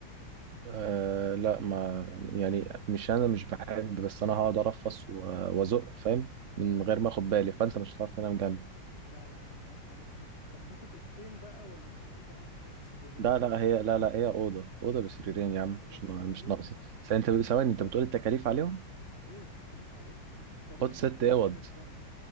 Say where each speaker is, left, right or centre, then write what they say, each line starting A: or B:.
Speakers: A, on the right; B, on the left.
A: أه لا ما يعني مش انا مش بحب بس انا هقعد ارفص و- وازق فاهم من غير ما اخد بالي فانت مش هتعرف تنام جنبي
B: لا يا عم لا خلاص ناخد طب ناخد اوضتين بقى ولا ناخد اوضه واحده بسريرين
A: لا لا هي لا لا هي اوضه اوضه بسريرين يا عم
B: اوضه
A: مش
B: بسريرين
A: نا- مش ناقصه بس انت ثواني انت بتقول التكاليف عليهم
B: ايوه التكاليف عليهم بس تقريبا
A: خد
B: حاطين
A: ست اوض
B: ليميت برضه